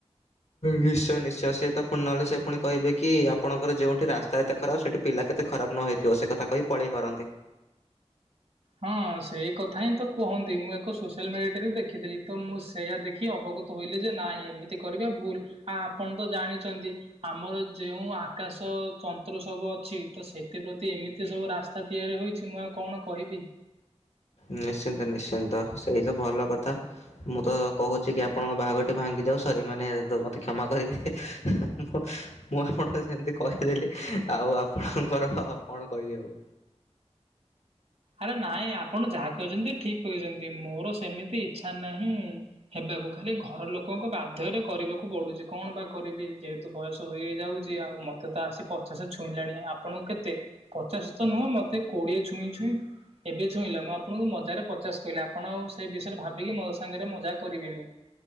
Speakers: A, on the left; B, on the right.
A: ନିଶ୍ଚୟ ନିଶ୍ଚୟ ସେ ତ ପୁଣି ନହେଲେ ସେ ପୁଣି କହିବେ କି ଆପଣଙ୍କର ଯେଉଁଠି ରାସ୍ତା ଏତେ ଖରାପ ସେଠି ପିଲା କେତେ ଖରାପ ନ ହୋଇଥିବ ସେ କଥା କହି ପଳେଇ ପାରନ୍ତି।
B: ହଁ ସେଇ କଥା ହିଁ ତ କୁହନ୍ତି ମୁଁ ଏକ ସୋସିଆଲ ମିଡିଆଟି ରେ ଦେଖିଥିଲି ତ ମୁଁ ସେଇୟା ଦେ ଦେଖିକି ଅବଗତ ହୋଇଲି ଯେ ନାଇଁ ଏମିତି କରିବା ଭୁଲୁ ଆ ଆପଣ ତ ଜାଣିଛନ୍ତି ଆମର ଯେଉଁ ଆକାଶ ତନ୍ତ୍ର ସବୁ ଅଛି ତ ସେଥିପ୍ରତି ଏମିତି ସବୁ ରାସ୍ତା ତିଆରି ହୋଇଛି ମୁଁ ଆଉ କଣ କହିବି।
A: ନିଶ୍ଚିନ୍ତ ନିଶ୍ଚିନ୍ତ ସେଇ ତ ଭଲ କଥା। ମୁଁ ତ କହୁଚି କି ଆପଣଙ୍କ ବାହାଘଟି ଭାଙ୍ଗି ଯାଉ ସରି ମାନେ ମତେ କ୍ଷମା କରିବେ ମୁଁ ମୁଁ ଆପଣଙ୍କୁ ସେମିତି କହିଦେଲି ଆଉ ଆପଣଙ୍କର କଣ କହିବି ଆଉ।
B: ଆରେ ନାଇଁ ଆପଣ ଯାହା କହିଚନ୍ତି ଠିକ୍ କହିଚନ୍ତି ମୋର ସେମିତି ଇଚ୍ଛା ନାହିଁ। ହେବାକୁ ଖାଲି ଘର ଲୋକଙ୍କ ବାଧ୍ୟରେ କରିବାକୁ ପଡୁଚି କଣ ବା କରିବି ଯେହେ ତୁ ବୟସ ହୋଇଯାଉଚି ଆଉ ମତେ ତ ଆସି ପଚାଶ ଛୁଇଁଲାଣି ଆପଣଙ୍କୁ କେତେ? ପଚାଶ ତ ନୁହଁ ମତେ କୋଡିଏ ଛୁଇଁ ଛୁଇଁ ଏବେ ଛୁଇଁଲା ମୁଁ ଆପଣଙ୍କୁ ମଜାରେ ପଚାଶ କହିଲି ଆପଣ ଆଉ ସେଇ ବିଷୟରେ ଭାବିକି ମୋ ସାଙ୍ଗରେ ମଜାକ୍ କରିବେନି।